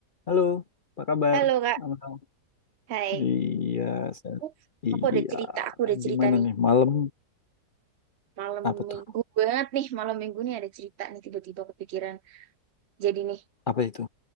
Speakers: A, on the left (about 55°); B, on the right (about 60°).
A: Halo, apa kabar?
B: Halo Kak,
A: Amal?
B: hai.
A: Iya, saya-
B: Uh,
A: iya.
B: Aku ada cerita, aku ada cerita
A: Gimana
B: nih.
A: nih malam?
B: Malam
A: Apa
B: minggu
A: tuh?
B: banget nih, malam minggu nih ada cerita nih tiba-tiba kepikiran. Jadi nih,
A: Apa itu?